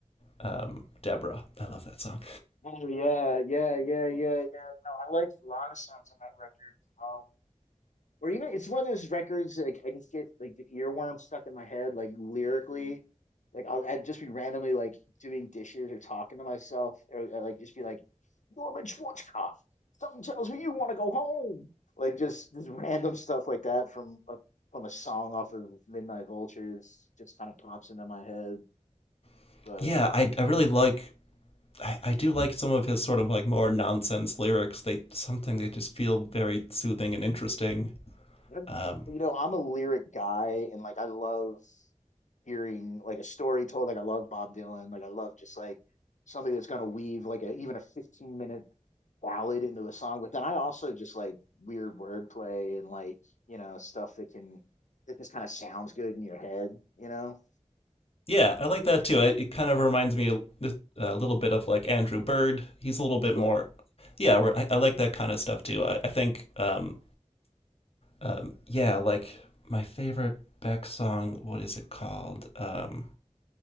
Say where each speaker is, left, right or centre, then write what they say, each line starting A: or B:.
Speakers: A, on the left; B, on the left.
A: um, Deborah. I love that song.
B: Oh yeah, yeah, yeah, yeah, yeah. No, I liked a lot of songs on that record. Um, or even it's one of those records like I just get like the earworm stuck in my head, like lyrically. Like I'll I'd just be randomly like doing dishes or talking to myself, or, or like just be like, Norman Schwarzkopf, something tells me you want to go home. Like just this random stuff like that from a, from a song off of Midnight Vultures just kind of pops into my head.
A: <laughs>
B: But
A: yeah, I
B: you
A: I
B: know,
A: really like I, I do like some of his sort of like more nonsense lyrics. They something they just feel very soothing and interesting.
B: That's,
A: Um,
B: you know, I'm a lyric guy and like I love hearing like a story told. Like I love Bob Dylan. Like I love just like somebody that's going to weave like a, even a 15 minute ballad into a song. But then I also just like weird wordplay and like, you know, stuff that can, that just kind of sounds good in your head, you know?
A: yeah, I like that too. I, it kind of reminds me a, a little bit of like Andrew Bird. He's a little bit
B: Sure,
A: more. Yeah, I, I like that kind of stuff too. I, I think um, um, yeah, like my favorite Beck song. What is it called? Um,